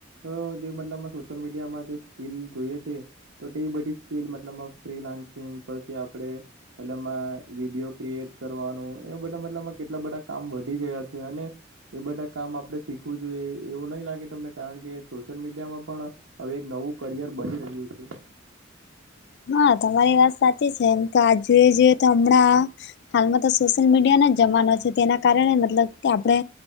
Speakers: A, on the right (about 75°); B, on the left (about 55°).
A: કે જે મતલબમાં સોશિયલ મીડિયામાં જે સ્કીલ જોઈ છે. એ બધી સ્કીલ મતલબ ફ્રીલાન્સિંગ પછી આપણે મતલબમાં વિડીયો ક્રિએટ કરવાનું એ બધા મતલબમાં કેટલા બધા કામ વધી ગયા છે અને એ બધા કામ આપણે શીખવું જોઈએ એવું નહીં લાગે તમને કારણ કે સોશિયલ મીડિયામાં પણ હવે એક નવું કરિયર બની રહ્યું છે.
B: હા તમારી વાત સાચી છે એમ કે આ જોઈએ જોઈએ તો હમણાં હાલમાં તો સોશિયલ મીડિયા નો જ જમાનો છે. કે તેના કારણે મતલબ કે આપણે